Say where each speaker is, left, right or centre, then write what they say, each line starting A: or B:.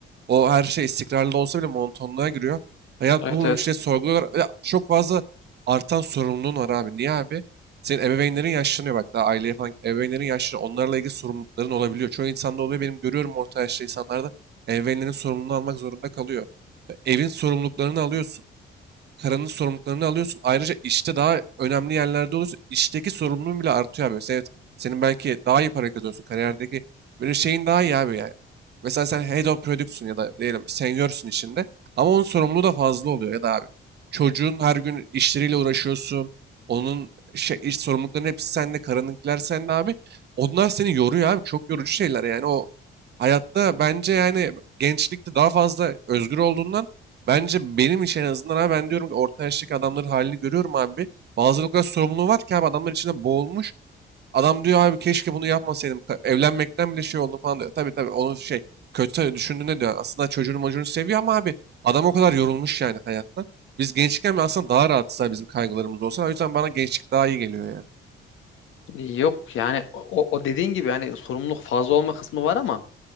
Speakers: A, on the right; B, on the left.
A: O her şey istikrarlı olsa bile monotonluğa giriyor. Hayat
B: Evet
A: bu
B: evet.
A: işte sorguluyorlar. Ya, çok fazla artan sorumluluğun var abi. Niye abi? Senin ebeveynlerin yaşlanıyor bak daha aileye falan ebeveynlerin yaşlanıyor. Onlarla ilgili sorumlulukların olabiliyor. Çoğu insanda oluyor. Benim görüyorum orta yaşlı insanlarda ebeveynlerin sorumluluğunu almak zorunda kalıyor. Evin sorumluluklarını alıyorsun. Karanın sorumluluklarını alıyorsun. Ayrıca işte daha önemli yerlerde oluyorsun. İşteki sorumluluğun bile artıyor abi. Mesela evet, senin belki daha iyi para kazanıyorsun. Kariyerdeki böyle şeyin daha iyi abi yani. Mesela sen head of product'sun ya da diyelim senior'sun içinde. Ama onun sorumluluğu da fazla oluyor ya da abi. Çocuğun her gün işleriyle uğraşıyorsun. Onun şey, iş sorumluluklarının hepsi sende. Karınınkiler sende abi. Onlar seni yoruyor abi. Çok yorucu şeyler yani. O hayatta bence yani gençlikte daha fazla özgür olduğundan Bence benim için en azından abi ben diyorum ki orta yaştaki adamların halini görüyorum abi. Bazıları o kadar sorumluluğu var ki abi adamlar içinde boğulmuş. Adam diyor abi keşke bunu yapmasaydım. Ka- Evlenmekten bile şey oldu falan diyor. Tabii tabii onun şey kötü düşündüğüne diyor. Aslında çocuğunu mocuğunu seviyor ama abi adam o kadar yorulmuş yani hayattan. Biz gençken aslında daha rahatız abi bizim kaygılarımız olsa. O yüzden bana gençlik daha iyi geliyor ya.
B: Yok yani o, o dediğin gibi hani sorumluluk fazla olma kısmı var ama